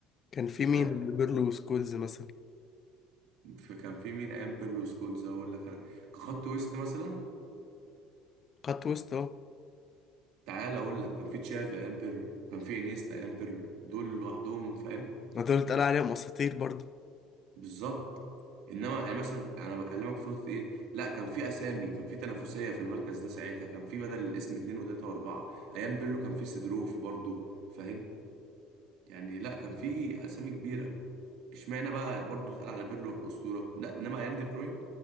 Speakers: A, on the left; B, on the right.
A: كان في
B: فاهم
A: مين بيقول له سكولز مثلا
B: فكان في مين ايام بيرلو سكولز اقول لك انا كخط وسط مثلا
A: خط وسط اهو
B: تعال اقول لك كان في تشافي ايام بيرلو كان في انيستا ايام بيرلو دول لوحدهم فاهم
A: ما دول اتقال عليهم اساطير برضه
B: بالظبط انما يعني مثلا انا بكلمك في نقطه ايه لا كان في اسامي كان في تنافسيه في المركز ده ساعتها كان في بدل الاسم اتنين وتلاته واربعه ايام بيرلو كان في سيدروف برضو فاهم يعني لا كان في اسامي كبيره اشمعنى بقى برضو اتقال على بيرلو اسطوره لا انما ايام دي بروين